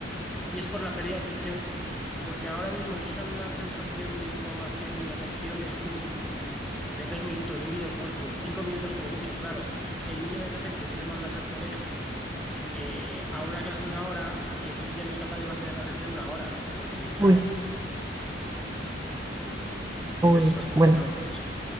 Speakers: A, in the centre; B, on the right (about 20°).
A: Y es por la pérdida de atención, porque ahora mismo buscan una satisfacción de información y de atención de un minuto, de dos minutos, de un vídeo corto, de cinco minutos como mucho, claro. El niño de repente tú le mandas al colegio eh, a una clase de una hora y el niño ya no es capaz de mantener la atención una hora porque se distrae.
B: Uy,
A: Entonces
B: uy,
A: es bastante
B: bueno,
A: malo por eso.